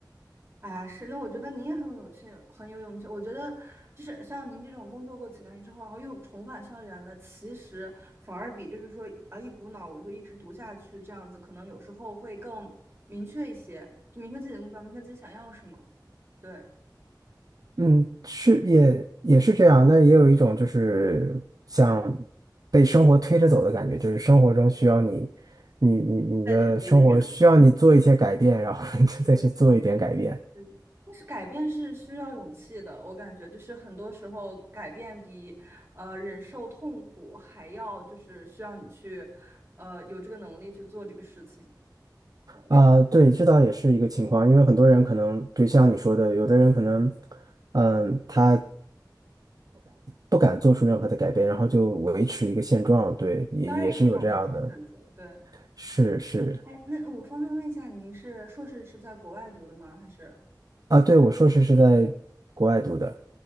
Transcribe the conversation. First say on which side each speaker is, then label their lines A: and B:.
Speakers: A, on the right; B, on the right.
A: 哎，呀，是，那我觉得您也很有勇气，很有勇气。我觉得就是像您这种工作过几年之后，然后又重返校园的，其实反而比就是说啊一股脑我就一直读下去这样子，可能有时候会更明确一些，就明确自己的目标，明确自己想要什么，对，
B: 嗯，是也也是这样，但也有一种就是像被生活推着走的感觉，就是生活中需要你，你你你的生活需要你做一些改变，
A: 再去读一个。
B: 然后 <laughs> 你就再去做一点改变。
A: <laughs> 嗯，但是改变是需要勇气的，我感觉就是很多时候改变比呃忍受痛苦还要就是需要你去呃有这个能力去做这个事情。对，
B: 啊，对，这倒也是一个情况，
A: 嗯
B: 因为很多人可能，就像你说的，有的人可能，嗯，他不敢做出任何的改变，然后就维持一个现状，对，
A: 对当然也是一种人生选择。
B: 也也是有这样的。
A: 对，
B: 是是
A: 哎，那我方便问一下，您是硕士是在国外读的吗？还是
B: 啊，对，我硕士是在国外读的